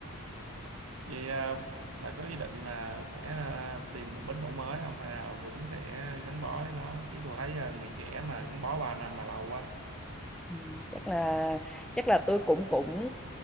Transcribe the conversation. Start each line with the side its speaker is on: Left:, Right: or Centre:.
Right: vậy à, bà có ý định là sẽ à, tìm một bến đỗ mới không hay là vẫn sẽ gắn bó với nó chứ tôi thấy à, người trẻ mà gắn bó 3 năm mà lâu quá
Centre: Ừ, chắc là chắc là tôi cũng cũng